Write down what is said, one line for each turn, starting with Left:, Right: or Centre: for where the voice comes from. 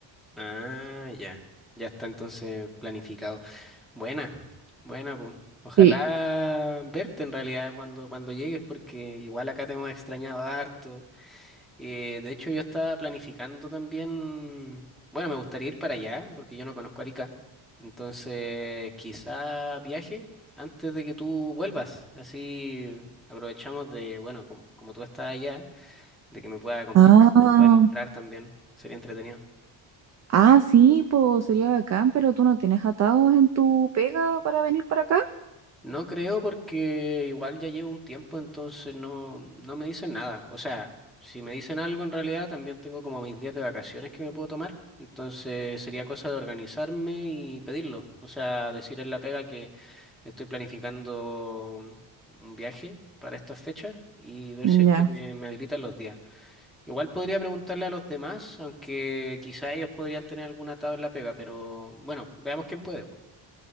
Centre: Ah, ya. Ya está entonces planificado. Buena, buena, pues. Ojalá
Right: Sí.
Centre: verte en realidad cuando, cuando llegues porque igual acá te hemos extrañado harto. Eh, de hecho, yo estaba planificando también, bueno, me gustaría ir para allá porque yo no conozco Arica. Entonces, quizá viaje antes de que tú vuelvas. Así aprovechamos de, bueno, como, como tú estás allá, de que me puedas acompañar,
Right: Ah,
Centre: me puedas mostrar también. Sería entretenido.
Right: ah, sí, pues sería bacán, pero tú no tienes atados en tu pega para venir para acá.
Centre: No creo porque igual ya llevo un tiempo, entonces no, no me dicen nada. O sea, si me dicen algo en realidad, también tengo como mis días de vacaciones que me puedo tomar. Entonces sería cosa de organizarme y pedirlo. O sea, decir en la pega que estoy planificando un un viaje para estas fechas y ver
Right: Ya.
Centre: si es que me, me habilitan los días. Igual podría preguntarle a los demás, aunque quizá ellos podrían tener alguna tabla pega, pero bueno, veamos quién puede. po.